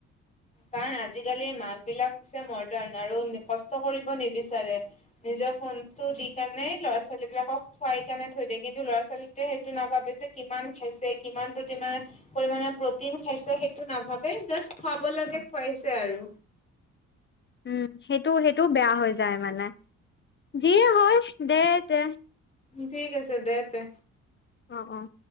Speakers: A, on the left (about 20°); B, on the left (about 35°).
A: কাৰণ, আজিকালি মাক বিলাক হৈছে মডাৰ্ণ আৰু কষ্ট কৰিব নিবিচাৰে। নিজৰ ফোনটো দি কাৰণে ল'ৰা ছোৱালী বিলাকক খুৱাই কাৰণে থৈ দিয়ে কিন্তু ল'ৰা ছোৱালী তে সেইটো নাপাবে যে কিমান খাইছে কিমান প্ৰতিমান পৰিমানে প্ৰটিন খাইছে সেইটো নাভাবে, জাষ্ট খুৱাব লাগে খুৱাইছে আৰু।
B: উম, সেইটো সেইটো বেয়া হৈ যায় মানে যিয়ে হয় দে দে।
A: ঠিকেই আছে দে তে।
B: অ', অ'।